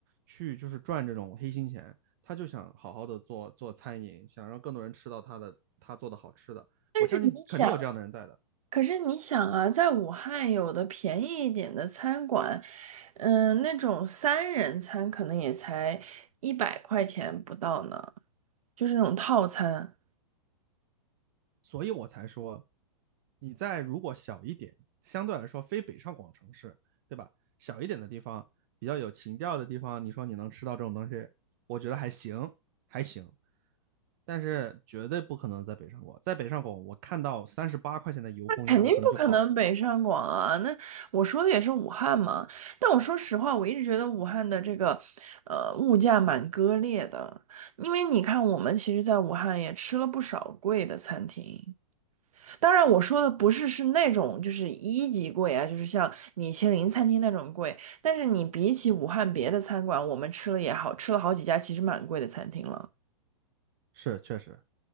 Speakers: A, on the right; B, on the right.
A: 去就是赚这种黑心钱，他就想好好的做做餐饮，想让更多人吃到他的他做的好吃的。
B: 但是你想，
A: 我相信肯定有这样的人在的，
B: 可是你想啊，在武汉有的便宜一点的餐馆，嗯、那种三人餐可能也才一百块钱不到呢，就是那种套餐。
A: 所以我才说，你在如果小一点，相对来说非北上广城市，对吧？小一点的地方，比较有情调的地方，你说你能吃到这种东西，我觉得还行，还行。但是绝对不可能在北上广，在北上广我看到三十八块钱的油封鸭，
B: 肯定不可能北上广啊！
A: 我可能就跑了。
B: 那我说的也是武汉嘛。但我说实话，我一直觉得武汉的这个，呃，物价蛮割裂的。因为你看，我们其实在武汉也吃了不少贵的餐厅。当然，我说的不是是那种就是一级贵啊，就是像米其林餐厅那种贵。但是你比起武汉别的餐馆，我们吃了也好，吃了好几家其实蛮贵的餐厅了。
A: 是，确实，